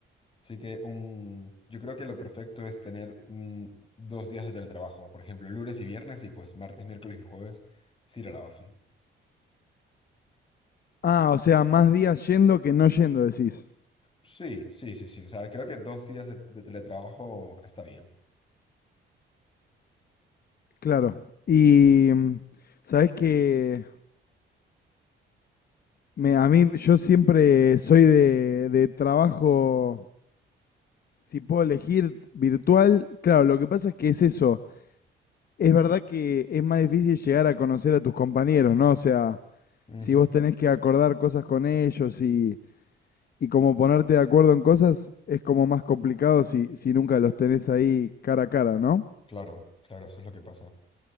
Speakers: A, on the left; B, on the left.
A: Así que un, yo creo que lo perfecto es tener mm, dos días de teletrabajo, por ejemplo, lunes y viernes y pues martes, miércoles y jueves, sí ir a la ofi.
B: Ah, o sea, más días yendo que no yendo, decís.
A: Sí, sí, sí, sí. O sea, creo que dos días de, de teletrabajo está bien.
B: Claro. Y mm, sabés que Me, a mí, yo siempre soy de, de trabajo, si puedo elegir virtual, claro, lo que pasa es que es eso. Es verdad que es más difícil llegar a conocer a tus compañeros, ¿no? O sea,
A: Ujú.
B: si vos tenés que acordar cosas con ellos y, y como ponerte de acuerdo en cosas, es como más complicado si, si nunca los tenés ahí cara a cara, ¿no?
A: Claro, claro, eso es lo que pasa.